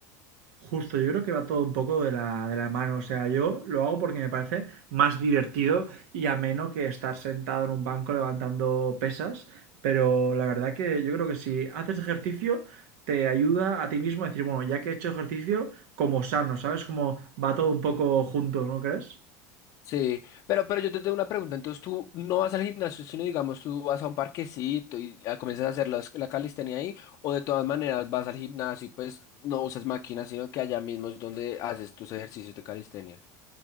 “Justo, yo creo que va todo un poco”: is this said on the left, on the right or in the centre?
Right